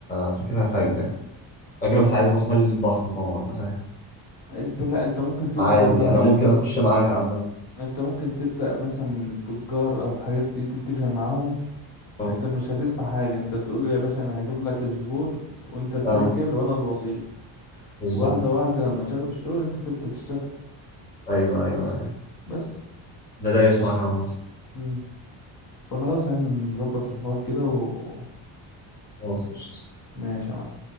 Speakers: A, on the left (about 20°); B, on the left (about 45°).
A: فكرة فجرة فجرة بس عايز راس مال ضخم طبعا انت فاهم
B: انت لا انت ممكن تبدأ
A: عادي
B: واحدة واحدة
A: انا ممكن
B: انت
A: اخش معاك عامة
B: انت ممكن تبدأ مثلا من التجار او الحاجات دي تتفق معاهم
A: اه
B: انت مش هتدفع حاجة انت تقول له يا باشا انا هجيب لك الزبون وانت التاجر
A: اه
B: وانا الوسيط
A: بالظبط
B: واحدة واحدة لما تشغل الشغل انت تبدأ تشتغل
A: ايوه ايوه ايوه
B: بس
A: ده دايس معاك عامة
B: مم. فخلاص يا عم نظبط الحوار كده و
A: خلاص قشطة
B: ماشي يا